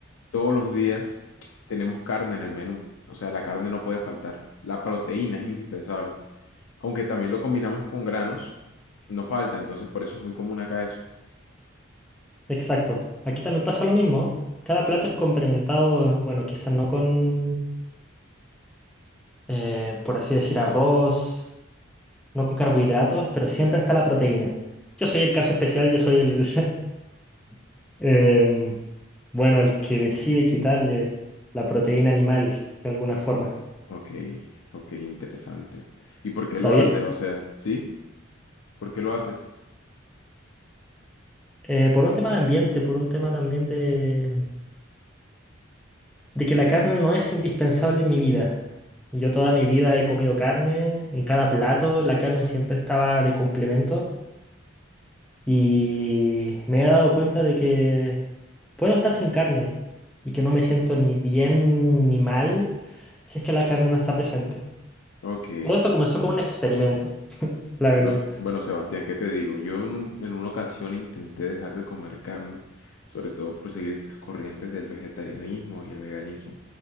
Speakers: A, on the left; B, in the centre.
A: todos los días tenemos carne en el menú. O sea, la carne no puede faltar. La proteína es indispensable. Aunque también lo combinamos con granos, no falta. Entonces, por eso es muy común acá eso.
B: Exacto. Aquí también pasa lo mismo. Cada plato es complementado, bueno, quizás no con eh, por así decir, arroz, no con carbohidratos, pero siempre está la proteína. Yo soy el caso especial, yo soy el, <laughs> em, bueno, el que decide quitarle la proteína animal de alguna forma.
A: Ok, ok, interesante. ¿Y por qué
B: David,
A: lo haces? O sea, ¿sí? ¿Por qué lo haces?
B: eh, por un tema de ambiente, por un tema también de, de que la carne no es indispensable en mi vida. Yo toda mi vida he comido carne, en cada plato la carne siempre estaba de complemento. Y me he dado cuenta de que puedo estar sin carne y que no me siento ni bien ni mal si es que la carne no está presente.
A: Ok.
B: Todo esto comenzó con un experimento, la
A: Bueno,
B: verdad.
A: bueno, Sebastián, ¿qué te digo? Yo en, un- en una ocasión intenté dejar de comer carne, sobre todo por seguir estas corrientes del vegetarianismo y el veganismo,